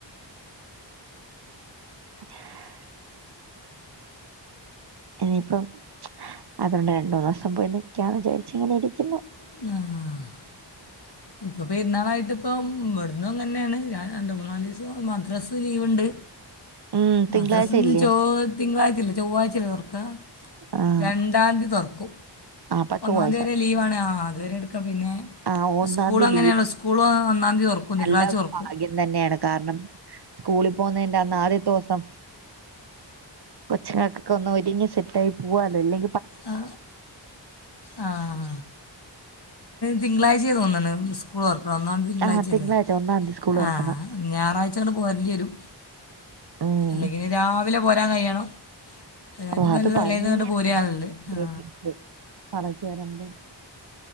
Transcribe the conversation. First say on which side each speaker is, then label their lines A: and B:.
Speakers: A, on the right; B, on the left.
A: <inaudible> ഇനിയിപ്പം അതുകൊണ്ട് രണ്ടു മൂന്ന് ദിവസം പോയി നിക്കാന്ന് വിചാരിച്ചു ഇങ്ങനെ ഇരിക്കുന്നു
B: ആഹ ഇപ്പം പെരുന്നാളായിട്ട് ഇപ്പം ഇവിടന്നും അങ്ങന്നെയാണ് ഞാൻ രണ്ടു മൂന്നു നാല് ദിവസം മദ്രസ ലീവുണ്ട്
A: ഉം തിങ്കളാഴ്ച
B: മദ്രസ ന്ന്
A: ഇല്ലേ
B: ചൊവ് തിങ്കളാഴ്ച അല്ല ചൊവ്വാഴ്ച അല്ലേ തുറക്കാ
A: ആഹ്
B: രണ്ടാംതീ തുറക്കും
A: അപ്പൊ ചൊവ്വാഴ്ച
B: ഒന്നാം തീയതി വരെ ലീവാണ് ആഹ് ആഹ് അതുവരെടുക്കും പിന്നെ
A: ആഹ് ഒന്നാം
B: സ്കൂൾ
A: തീയതി
B: അങ്ങനെയാണോ
A: ലീവ്
B: സ്കൂൾ ഒന്നാം തീയതി തുറക്കും
A: നല്ല
B: തിങ്കളാഴ്ച തുറക്കും
A: ഭാഗ്യം തന്നെയാണ് കാരണം സ്കൂളിൽ പോകുന്നതിന്റെ അന്ന് ആദ്യത്തെ ദിവസം കൊച്ചുങ്ങക്കൊക്കെ ഒന്ന് ഒരുങ്ങി സെറ്റ് ആയി പോവാലോ അല്ലെ
B: ആ ആ <unintelligible> തിങ്കളാഴ് <unintelligible> സ്കൂൾ തുറക്ക ഒന്നാം തീയതി തിങ്കളാഴ്ചയല്ലേ
A: ആഹ് തിങ്കളാഴ്ച ഒന്നാം തീയതി സ്കൂൾ തുറക്കുന്നെ
B: ആ ഞായറാഴ്ച ഇങ്ങോട്ട് പോരേണ്ടി വരും
A: ഉം
B: അല്ലെങ്കിൽ നി രാവിലെ പോരാൻ കഴിയണം അതിനായിട്ട്
A: ഓ
B: നല്ല
A: അത് ഭയങ്കര
B: തലേന്ന് ഇങ്ങോട്ട് പോരുകയാണല്ലേ
A: <unintelligible>
B: ആ
A: പറഞ്ഞ് വരുമ്പം